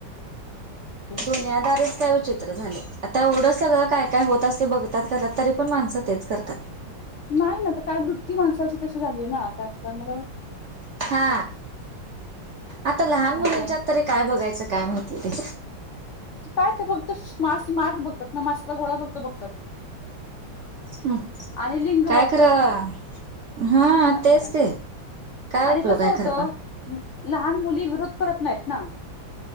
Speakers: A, on the right; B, on the left.
A: दुनियादारिच
B: <inaudible>
A: काय विचित्र झाले आता एवढं सगळं काय काय होत असतय बघतात घरात तरी पण माणसं तेच करतात
B: नाही ना तर काय वृत्ती माणसाची तशी झालीये ना आता त्यामुळ
A: हा आता लहान मुलींच्यात
B: असं आहे.
A: तरी काय बघायचं काय माहिती ते
B: काय ते फक्त मास मास बघतात ना मासाचा गोळा फक्त बघतात
A: हम्
B: आणि लिंग
A: काय
B: बघतात.
A: खरं हा
B: असं
A: तेच
B: आहे
A: की काय
B: आणि
A: उपयोग
B: कसं
A: आहे
B: होतं
A: खरं पण?
B: लहान मुली विरोध करत नाहीत ना